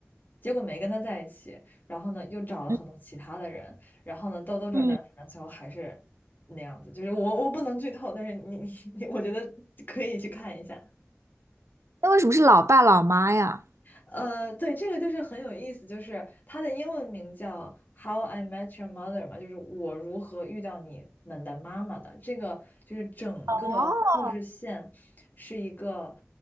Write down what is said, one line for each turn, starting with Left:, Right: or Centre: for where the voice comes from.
Left: 结果没跟他在一起，然后呢，又找了很多其他的人，
Right: 嗯
Left: 然后呢，兜兜转转，
Right: 嗯，
Left: 反正最后还是那样子。就是我我不能剧透，但是你你 <laughs> 我觉得可以去看一下。
Right: 那为什么是老爸老妈呀？
Left: 呃，对，这个就是很有意思，就是它的英文名叫《How I Met Your Mother》嘛，就是我如何遇到你们的妈妈的。这个就是整个故事线是一个
Right: 哦，